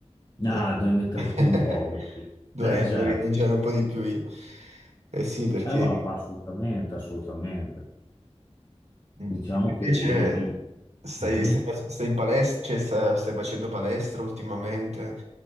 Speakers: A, on the right; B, on the left.
A: Eh,
B: Ah, devi mettere
A: <laughs>
B: su un po', capito?
A: do-
B: Eh,
A: eh,
B: certo.
A: dovrei mangiare un po' di più io. Eh sì, perché...
B: Eh, va, assolutamente, assolutamente.
A: Mm.
B: Diciamo che
A: Invece
B: il... il-
A: stai,
B: Mhm.
A: stai, fac- stai in palestra, cioè sta- stai, facendo palestra ultimamente?